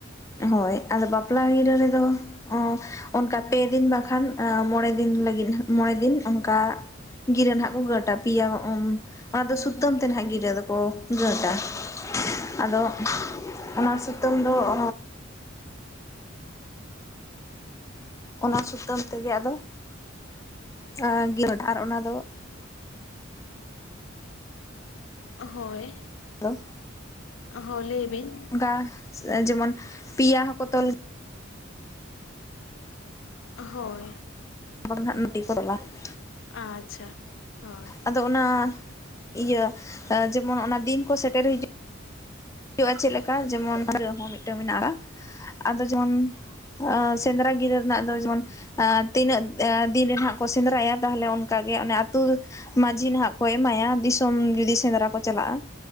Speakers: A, on the left; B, on the left.
A: ᱦᱳᱭ, ᱟᱫᱚ ᱵᱟᱯᱞᱟ ᱜᱤᱦᱟᱹ ᱨᱮᱫᱚ ᱚᱸ ᱚᱱᱠᱟ ᱯᱮ ᱫᱤᱱ ᱵᱟᱝᱠᱷᱟᱱ ᱢᱚᱬᱮ ᱫᱤᱱ ᱞᱟᱹᱜᱤᱫ ᱢᱚᱬᱮ ᱫᱤᱱ ᱚᱱᱠᱟ ᱜᱤᱨᱟᱹ ᱱᱟᱦᱟᱜ ᱠᱚ ᱜᱟᱹᱴᱟ ᱾ ᱯᱮᱭᱟ ᱚᱸ ᱚᱱᱟ ᱫᱚ ᱥᱩᱛᱟᱹᱢ ᱛᱮ ᱱᱟᱦᱟᱜ ᱜᱤᱨᱟᱹ ᱫᱚᱠᱚ ᱜᱟᱹᱴᱟ ᱾ ᱟᱫᱚ ᱚᱱᱟ ᱥᱩᱛᱟᱹᱢ ᱫᱚ <inaudible> ᱚᱱᱟ ᱥᱩᱛᱟᱹᱢ ᱛᱮᱜᱮ ᱟᱫᱚ ᱟᱸ <inaudible> ᱟᱨ ᱚᱱᱟ ᱫᱚ
B: ᱦᱳᱭ ᱾
A: ᱦᱮᱞᱳ!
B: ᱦᱚᱸ ᱞᱟᱹᱭᱵᱤᱱ ᱾
A: ᱚᱱᱠᱟ ᱡᱮᱢᱚᱱ ᱯᱤᱭᱟ ᱦᱚᱸᱠᱚ ᱛᱚᱞ
B: ᱦᱳᱭ ᱾
A: <unintelligible>
B: ᱟᱪᱪᱷᱟ, ᱦᱳᱭ ᱾
A: ᱟᱫᱚ ᱚᱱᱟ ᱤᱭᱟᱹ ᱡᱮᱢᱚᱱ ᱚᱱᱟ ᱫᱤᱱ ᱠᱚ ᱥᱮᱴᱮᱨ ᱦᱤᱡᱩᱜ ᱦᱩᱭᱩᱜᱼᱟ ᱪᱮᱫ ᱞᱮᱠᱟ ᱡᱮᱢᱚᱱ <unintelligible> ᱢᱤᱫᱴᱮᱱ ᱢᱮᱱᱟᱜᱼᱟ ᱟᱫᱚ ᱡᱮᱢᱚᱱ ᱟ ᱥᱮᱸᱫᱽᱨᱟ ᱜᱤᱨᱟᱹ ᱨᱮᱱᱟᱜ ᱫᱚ ᱡᱮᱢᱚᱱ ᱟᱸ ᱛᱤᱱᱟᱹᱜ ᱫᱤᱱ ᱨᱮ ᱦᱟᱜ ᱠᱚ ᱥᱮᱸᱫᱽᱨᱟᱭᱟ ᱛᱟᱦᱞᱮ ᱚᱱᱠᱟᱜᱮ ᱚᱱᱮ ᱟᱹᱛᱩ ᱢᱟᱺᱡᱷᱤ ᱱᱟᱦᱟᱜ ᱠᱚ ᱮᱢᱟᱭᱟ ᱫᱤᱥᱚᱢ ᱡᱩᱫᱤ ᱥᱮᱸᱫᱽᱨᱟ ᱠᱚ ᱪᱟᱞᱟᱜᱼᱟ,